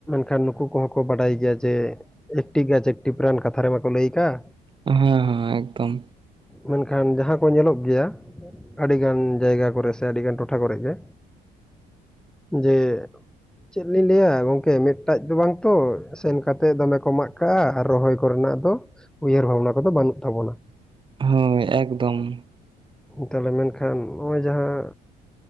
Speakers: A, in the centre; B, on the right.
A: ᱠᱷᱟᱱ ᱱᱩᱠᱩ ᱠᱚᱦᱚᱸ ᱠᱚ ᱵᱟᱰᱟᱭ ᱜᱮᱭᱟ ᱡᱮ ᱮᱠᱴᱤ ᱜᱟᱪᱷ ᱮᱠᱴᱤ ᱯᱨᱟᱱ᱾ ᱠᱟᱛᱷᱟ ᱨᱮ ᱢᱟᱠᱚ ᱞᱟᱹᱭ ᱟᱠᱟᱫ᱾
B: ᱦᱚᱸ ᱦᱚᱸ ᱮᱠᱫᱚᱢ᱾
A: ᱢᱮᱱᱠᱷᱟᱱ ᱡᱟᱦᱟᱸ ᱠᱚ ᱧᱮᱞᱚᱜ ᱜᱮᱭᱟ᱾ ᱟᱹᱰᱤᱜᱟᱱ ᱡᱟᱭᱜᱟ ᱠᱚᱨᱮ ᱥᱮ ᱟᱹᱰᱤᱜᱟᱱ ᱴᱚᱴᱷᱟ ᱠᱚᱨᱮᱜ ᱜᱮ᱾ ᱡᱮ ᱪᱮᱫ ᱞᱤᱧ ᱞᱟᱹᱭᱟ ᱜᱚᱝᱠᱮ ᱢᱮᱫ ᱮᱴᱟᱡ ᱫᱚ ᱵᱟᱝ ᱛᱚ ᱥᱮᱱ ᱠᱟᱛᱮᱫ ᱫᱚᱢᱮ ᱠᱚ ᱢᱟᱜ ᱠᱟᱜ-ᱟ ᱟᱨ ᱨᱚᱦᱚᱭ ᱠᱚᱨᱮᱱᱟᱜ ᱫᱚ ᱩᱭᱦᱟᱹᱨ ᱵᱷᱟᱵᱽᱱᱟ ᱠᱚᱫᱚ ᱵᱟᱹᱱᱩᱜ ᱛᱟᱵᱚᱱᱟ᱾
B: ᱦᱳᱭ ᱮᱠᱫᱚᱢ᱾
A: ᱛᱟᱞᱦᱮ ᱢᱮᱱᱠᱷᱟᱱ ᱱᱚᱜ-ᱚᱭ ᱡᱟᱦᱟᱸ